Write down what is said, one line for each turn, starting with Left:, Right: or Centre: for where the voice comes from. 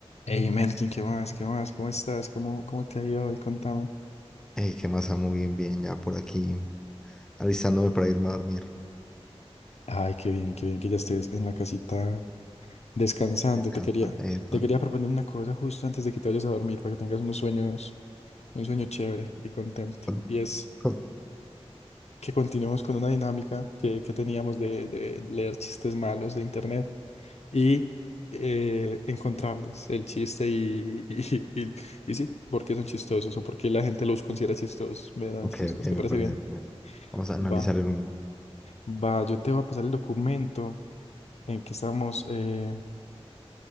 Left: Hey Melkin, ¿qué más? ¿Qué más? ¿Cómo estás? ¿Cómo, cómo te ha ido hoy? Contame.
Centre: Ey, qué masa, muy bien, bien, ya por aquí, alistándome para irme a dormir,
Left: Ay, qué bien, qué bien que ya estés en la casita descansando.
Centre: descansando,
Left: Te quería,
Centre: eh, pan,
Left: te quería proponer una cosa justo antes de que te vayas a dormir para que tengas unos sueños, un sueño chévere y contento.
Centre: pan,
Left: Y es
Centre: pan,
Left: que continuemos con una dinámica que, que teníamos de, de leer chistes malos de internet y eh, encontrarles el chiste y, <laughs> y, y, y sí, por qué son chistosos o por qué la gente los considera chistosos, medianamente
Centre: Ok,
Left: chistosos.
Centre: ok, me
Left: ¿Te parece
Centre: parece,
Left: bien?
Centre: me parece. Vamos a
Left: Va.
Centre: analizar el humor,
Left: Va, yo te voy a pasar el documento en que estamos eh,